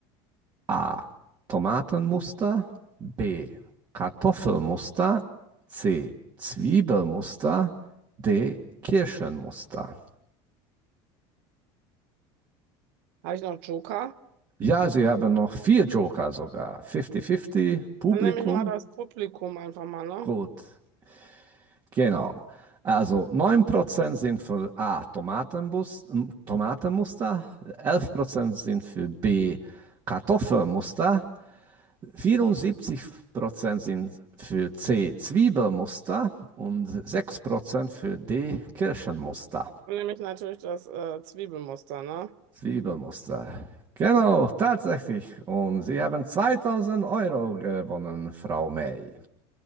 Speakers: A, on the right; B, on the right.
A: A. Tomatenmuster, B. Kartoffelmuster, C. Zwiebelmuster, D. Kirschenmuster.
B: Habe ich noch Joker?
A: Ja, sie haben noch vier Joker sogar. 50-50, Publikum,
B: Dann nehme ich mal das Publikum einfach mal, ne?
A: gut. Genau. Also 9% sind für A, Tomatenbus, m, Tomatenmuster, 11% sind für B, Kartoffelmuster, vierundsiebzig Prozent sind für C, Zwiebelmuster und 6% für D, Kirschenmuster.
B: Dann nehme ich natürlich das äh, Zwiebelmuster, ne?
A: Zwiebelmuster. Genau, tatsächlich. Und Sie haben 2000 Euro gewonnen, Frau May.